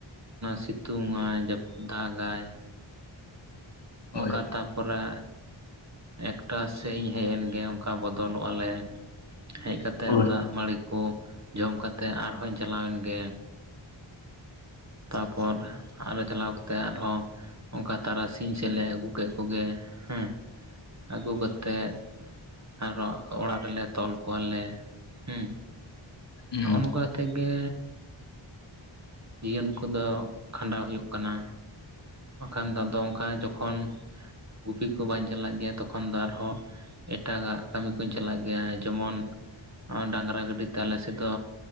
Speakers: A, on the right (about 35°); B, on the left (about 60°).
A: ᱥᱤᱛᱩᱝ ᱟᱭ ᱡᱟᱯ ᱫᱟᱜᱟᱭ,
B: ᱦᱳᱭ
A: ᱱᱚᱝᱠᱟ ᱛᱟᱯᱚᱨᱮ ᱮᱠᱴᱟ ᱥᱮᱜ ᱤᱧ ᱦᱮᱡ ᱮᱱᱜᱮ ᱚᱝᱠᱟ ᱵᱚᱫᱚᱞᱚᱜ ᱟᱞᱮ᱾ ᱦᱮᱡ ᱠᱟᱛᱮᱫ
B: ᱦᱳᱭ
A: ᱫᱟᱜ ᱢᱟᱹᱲᱤ ᱠᱚ ᱡᱚᱢ ᱠᱟᱛᱮ ᱟᱨᱦᱚᱧ ᱪᱟᱞᱟᱣᱮᱱ ᱜᱮ, ᱛᱟᱯᱚᱨ ᱟᱨᱚ ᱪᱟᱞᱟᱣ ᱠᱟᱛᱮ ᱟᱨᱦᱚᱸ ᱚᱝᱠᱟ ᱛᱟᱨᱟᱥᱤᱧ ᱥᱮᱫ ᱞᱮ ᱟᱹᱜᱩ ᱠᱮᱫ ᱠᱚᱜᱮ ᱦᱮᱸ, ᱟᱹᱜᱩ ᱠᱟᱛᱮᱫ ᱟᱨᱦᱚᱸ ᱚᱲᱟᱜ ᱨᱮᱞᱮ ᱛᱚᱞ ᱠᱚᱣᱟᱞᱮ ᱦᱩᱸ
B: ᱦᱩᱸ
A: ᱱᱚᱜᱚᱭ ᱱᱚᱝᱠᱟ ᱠᱟᱛᱮᱫ ᱜᱮ ᱡᱤᱭᱚᱱ ᱠᱚᱫᱚ ᱠᱷᱟᱸᱰᱟᱣ ᱦᱩᱭᱩᱜ ᱠᱟᱱᱟ᱾ ᱵᱟᱝᱠᱷᱟᱱ ᱫᱚ ᱟᱫᱚ ᱚᱝᱠᱟ ᱡᱚᱠᱷᱚᱱ ᱜᱩᱯᱤ ᱠᱚ ᱵᱟᱹᱧ ᱪᱟᱞᱟᱜ ᱜᱮᱭᱟ ᱛᱚᱠᱷᱚᱱ ᱫᱚ ᱟᱨᱦᱚᱸ ᱮᱴᱟᱜᱟᱜ ᱠᱟᱹᱢᱤ ᱠᱩᱧ ᱪᱟᱞᱟᱜ ᱜᱮᱭᱟ ᱡᱮᱢᱚᱱ ᱱᱚᱜᱼᱚᱭ ᱰᱟᱝᱨᱟ ᱜᱟᱹᱰᱤᱛᱮ ᱟᱞᱮ ᱥᱮᱫ ᱫᱚ